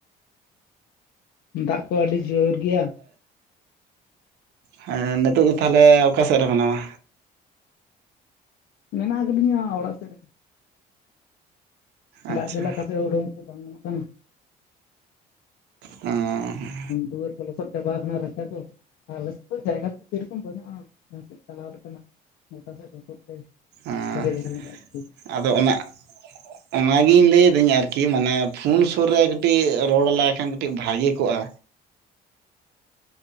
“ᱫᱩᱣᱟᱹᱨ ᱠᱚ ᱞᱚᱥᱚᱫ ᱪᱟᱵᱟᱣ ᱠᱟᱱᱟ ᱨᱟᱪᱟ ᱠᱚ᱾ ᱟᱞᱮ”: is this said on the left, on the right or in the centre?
Left